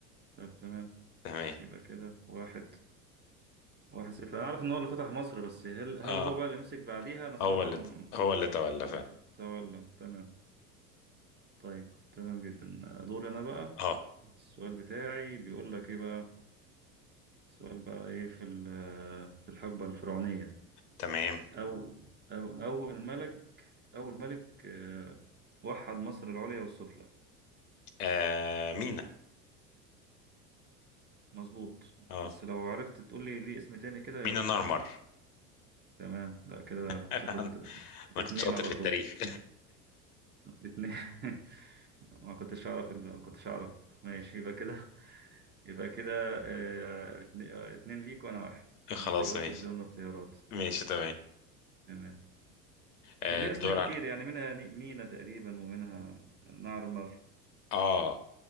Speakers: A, on the right (about 25°); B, on the left (about 80°).
A: طب تمام
B: تمام
A: يبقى كده واحد واحد صفر انا عارف ان هو اللي فتح مصر بس هل هل
B: اه
A: هو بقى اللي مسك بعديها انا صراحة
B: هو اللي
A: م-
B: هو اللي تولى
A: ما
B: فعلا
A: قلت ولا تمام طيب تمام جدا دور انا بقى
B: اه
A: السؤال بتاعي بيقول لك ايه بقى السؤال بقى ايه في ال- في الحقبة الفرعونية
B: تمام
A: او او اول ملك اول ملك آه، وحد مصر العليا والسفلى
B: آه مينا
A: مظبوط
B: اه
A: بس لو عرفت تقول لي ليه اسم تاني كده
B: مينا
A: يبقى
B: نارمر
A: تمام لا كده
B: <laughs>
A: تاخد
B: انا
A: اتنين
B: كنت شاطر
A: على
B: في التاريخ
A: طول اتنين <laughs> ما كنتش اعرف الب- ما كنتش اعرف ماشي يبقى كده <laughs> يبقى كده آه، اتن- آه، اتنين ليك وانا واحد
B: <laughs>
A: انت
B: خلاص
A: جاوبت
B: ماشي
A: بدون اختيارات
B: ماشي تمام
A: تمام
B: آه
A: كان ليه
B: الدور
A: اسماء كتير
B: على
A: يعني منها ني- مينا تقريبا ومنها نهر المر
B: اه